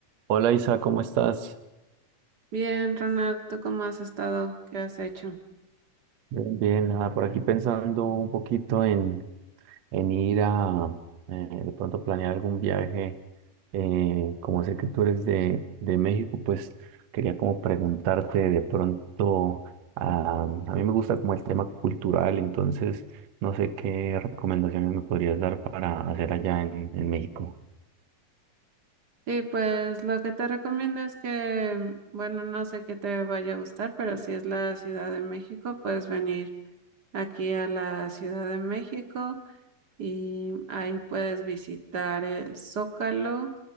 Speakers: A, on the right; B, on the right.
A: Hola Isa, ¿cómo estás?
B: Bien, Ronald, ¿tú cómo has estado? ¿Qué has hecho?
A: Bien, bien, nada, por aquí pensando un poquito en, en ir a eh, de pronto planear algún viaje. Eh, como sé que tú eres de, de México, pues quería como preguntarte de pronto, ah, a mí me gusta como el tema cultural, entonces no sé qué recomendaciones me podrías dar para hacer allá en, en México.
B: Sí, pues lo que te recomiendo es que, bueno, no sé qué te vaya a gustar, pero si es la Ciudad de México, puedes venir aquí a la Ciudad de México y ahí puedes visitar el Zócalo